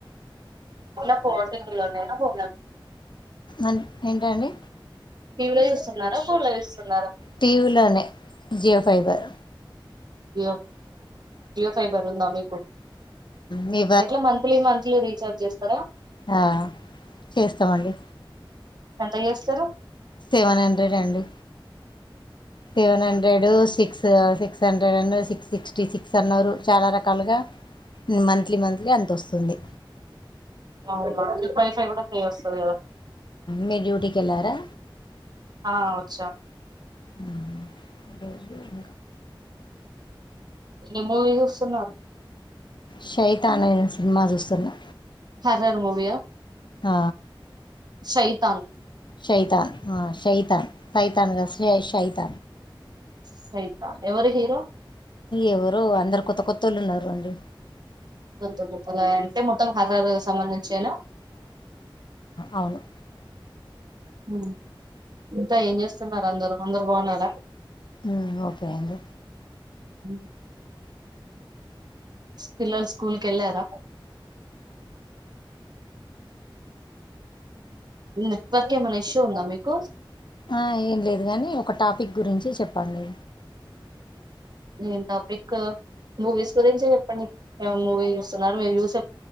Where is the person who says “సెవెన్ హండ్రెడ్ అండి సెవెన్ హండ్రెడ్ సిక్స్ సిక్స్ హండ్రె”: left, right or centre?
Left